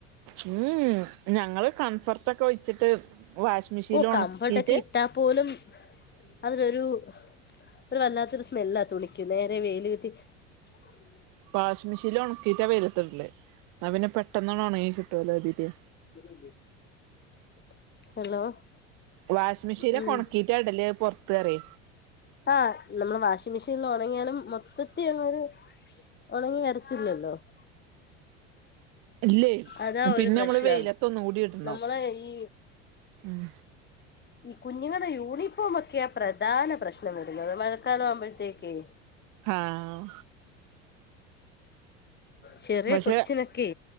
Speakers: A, on the right (about 60°); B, on the left (about 30°).
A: ഉം ഉമ് ഞങ്ങള് കൺഫേർട്ട ഒഴിച്ചിട്ട് വാഷിംഗ് മെഷീനിൽ
B: ഓ
A: ഉണക്കിട്ട്.
B: കംഫർട്ടൊക്കെ ഇട്ടാ പോലും അതിനൊരു ഒരു വല്ലാത്തൊരു സ്മെല്ലാ തുണിക്ക് നേരെ വെയില് കിട്ടി <inaudible>
A: വാഷിംഗ് മെഷീനിൽ ഉണക്കീട്ടാ വെയിലത്തിടല് ന്ന പിന്നെ പെട്ടെന്നണ് ഒണങ്ങിക്കിട്ടൊല്ലോ കര്തീട്ട്
B: <inaudible> ഹലോ
A: വാഷിങ് മെഷീനിലൊണക്കീട്ട
B: ഉം
A: ഇടല് പൊറത്ത് പറയേ
B: ആഹ് നമ്മുടെ വാഷി മെഷീനിൽ ഉണങ്ങിയാലും മൊത്തത്തി ലങ്ങൊരു ഒണങ്ങി വരത്തില്ലല്ലോ <inaudible>
A: ഇല്ലേയ്
B: അതാ
A: പിന്നെ
B: ഒരു പ്രശ്നം
A: നമ്മള് വെയിലത്ത് ഒന്ന് കൂടി ഇടണം
B: നമ്മളെ ഈ
A: ഉം
B: കുഞ്ഞുങ്ങളുടെ യൂണിഫോമൊക്കെയാ പ്രധാന പ്രശ്നം വരുന്നത് മഴക്കാലം ആവുമ്പഴത്തേക്കേ
A: ആഹ്
B: ചെറിയ
A: പക്ഷെ
B: കൊച്ചിനൊക്കെ